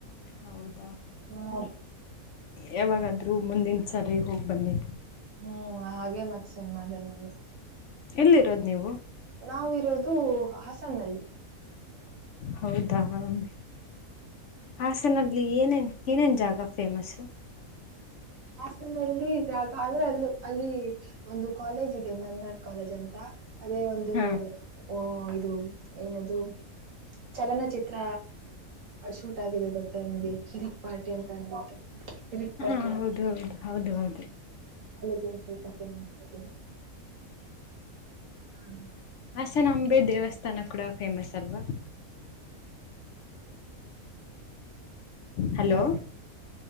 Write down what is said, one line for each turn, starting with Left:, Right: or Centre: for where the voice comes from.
Left: ಹೌದು
Right: ಹಾ
Left: ಯಾವಾಗಾದ್ೂ ಮುಂದಿನ ಸರಿ ಹೋಗಿ ಬನ್ನಿ
Right: ಹ್ಮ್ ಹಾಗೆ ಮತ್ ಸುಮ್ಮನೆ ಅದೇ ನಾನು
Left: ಎಲ್ಲಿರೋದು್ ನೀವು
Right: ನಾವಿರೋದು ಹಸನ್ನಲ್ಲಿ
Left: ಹೌದು ಹೌದ ಹಾಸನಲ್ಲಿ ಏನೇನು ಇತ್ತ ಏನೇನು ಜಾಗ ಫೇಮಸ್ಸು
Right: ಹಾಸನಲ್ಲಿ ಜಾಗ ಅಂದ್ರೆ ಅಲ್ಲ ಅಲ್ಲಿ ಒಂದು ಕಾಲೇಜ್ ಇದೆ ಮಲ್ನಾಡ್ ಕಾಲೇಜ್ ಅಂತ ಅದೇ ಒಂದು
Left: ಹಾ
Right: ಓ ಇದು ಏನದು ಚಲನಚಿತ್ರ ಶೂಟ್ ಆಗಿದೆ ಗೊತ್ತಾ ನಿಮ್ಗೆ ಕಿರಿ ಪಾರ್ಟಿ ಅಂತ ಅನ್ಬು ಕಿರಿಕ್ ಪಾರ್ಟಿ
Left: ಹ ಹೌದು ಹೌದು ಹೌದು ಹೌದು
Right: ಕಾಲೇಜ ಸ್ವಲ್ಪ ಫೇಮಸ್ ಆಗಿದೆ ಹ್ಮ
Left: ಹಾಸನಾಂಬೆ ದೇವಸ್ಥಾನ ತನ ಕೂಡ ಫೇಮಸ್ ಅಲ್ವಾ ಹಲೋ